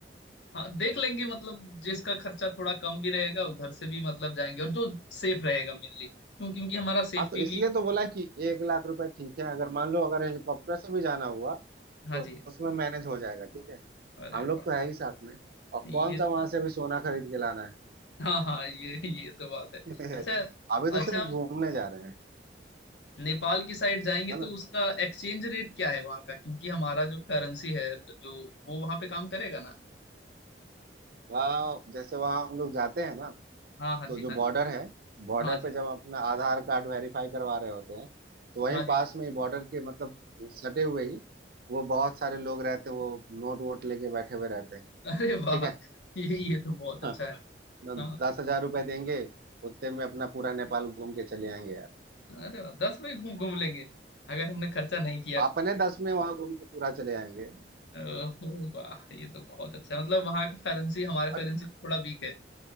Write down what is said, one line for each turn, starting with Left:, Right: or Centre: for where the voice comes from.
Left: हाँ देख लेंगे मतलब जिसका खर्चा थोड़ा कम भी रहेगा उधर से भी मतलब जाएंगे और जो सेफ रहेगा मेनली क्यों क्योंकि हमारा सेफ्टी
Right: हाँ तो इसलिए
Left: भी
Right: तो बोला
Left: बहुत important
Right: कि एक लाख रुपए ठीक है अगर मान लो अगर हेलीकॉप्टर से भी जाना हुआ
Left: है। हाँ
Right: तो
Left: जी
Right: उसमें मैनेज हो जाएगा ठीक है
Left: अरे
Right: हम लोग
Left: वाह
Right: तो है ही साथ में और
Left: ये
Right: कौन सा
Left: तो
Right: वहां से अभी सोना
Left: बहुत-
Right: खरीद के लाना है
Left: हाँ हाँ ये ये तो बात है
Right: <laughs>
Left: अच्छा
Right: अभी तो
Left: अच्छा
Right: सिर्फ घूमने
Left: हम
Right: जा रहे हैं
Left: नेपाल की साइड जाएंगे
Right: है ना
Left: तो उसका एक्सचेंज रेट क्या है वहाँ का क्योंकि हमारा जो करेंसी है जो वो वहाँ पे काम करेगा ना
Right: वहाँ जैसे वहाँ हम लोग जाते हैं ना
Left: हाँ हाँ
Right: तो
Left: जी
Right: जो
Left: हाँ
Right: बॉर्डर
Left: जी
Right: है बॉर्डर
Left: हाँ जी
Right: पे जब अपना आधार कार्ड वेरीफाई करवा रहे होते हैं तो वहीं
Left: हाँ जी
Right: पास में ही बॉर्डर के मतलब सटे हुए ही वो बहुत सारे लोग रहते हैं वो नोट वोट लेके बैठे हुए रहते हैं
Left: अरे वाह
Right: ठीक है
Left: ये ये तो बहुत अच्छा
Right: हाँ
Left: है
Right: न-
Left: हाँ
Right: दस हजार रुपए देंगे उतने में अपना पूरा नेपाल घूम के चले आएंगे यार
Left: अरे वाह दस में घूम घूम लेंगे अगर हमने खर्चा नहीं किया
Right: अपने दस में वहां घूम के पूरा चले आएंगे
Left: ओह, वाह ये तो बहुत अच्छा है मतलब वहाँ का करेंसी हमारा
Right: और
Left: करेंसी से थोड़ा वीक है